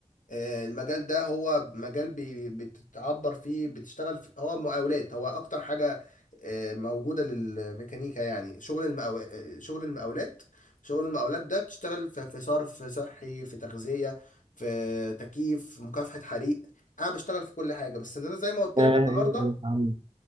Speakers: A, on the left; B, on the right.
A: آه، المجال ده هو مجال بي- بتتعبر فيه بتشتغل في هو مقاولات هو اكتر حاجة آه، موجودة للميكانيكا يعني شغل المقاو... آه، شغل المقاولات شغل المقاولات ده بتشتغل في في صرف صحي في تغذية في تكييف في مكافحة حريق انا بشتغل في كل حاجة بس انا زي ما قلت
B: آه،
A: لك النهاردة
B: ايه يا عم